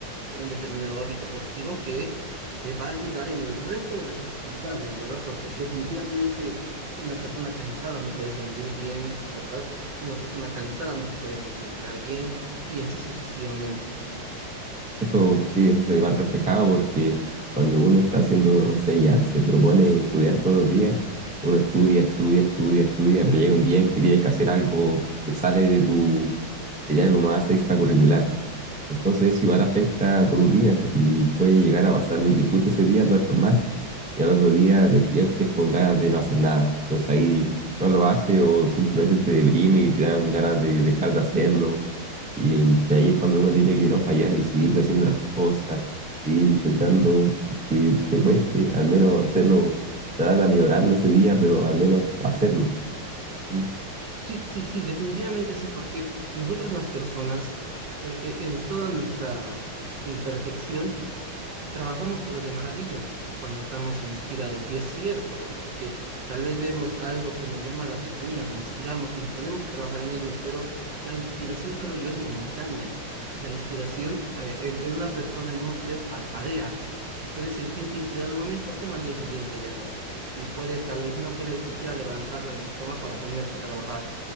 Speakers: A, on the right; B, in the centre.
A: un determinado hábito positivo que te va a ayudar en el resto de las actividades, ¿verdad? Porque definitivamente una persona cansada no puede rendir bien, ¿verdad? Una persona cansada no se puede concentrar bien y así sucesivamente.
B: Eso sí, eso se va reflejado porque cuando uno está haciendo, no sé, ya se propone estudiar todos los días, uno estudia, estudia, estudia, estudia, pero llega un día en que tienes que hacer algo que sale de tu, sería algo más extracurricular. Entonces eso igual afecta a tu rutina y puede llegar a pasar de que justo ese día duermas más y al otro día despiertes con ganas de no hacer nada. Entonces ahí no lo haces o simplemente te deprime y te dan ganas de dejar de hacerlo. Y de ahí es cuando uno tiene que no fallar y seguir haciendo las cosas, seguir intentando que te cueste, al menos hacerlo, trata de aminorarlo ese día, pero al menos hacerlo. Sí,
A: Sí, sí, sí, definitivamente sí, porque nosotros las personas, eh, eh, en toda nuestra imperfección, trabajamos pero de maravillas cuando estamos inspirados. Y es cierto, ¿verdad? Porque tal vez vemos algo que nos llama la atención y nos inspiramos y nos ponemos a trabajar en ello, pero la inspiración, creo yo, es momentánea. La inspiración, eh, en, en una persona, en un ser, parpadea. Puedes sentirte inspirado en un momento como al día siguiente ya no. Y, y puedes tal vez no querer siquiera levantar de la cama para ponerte a trabajar.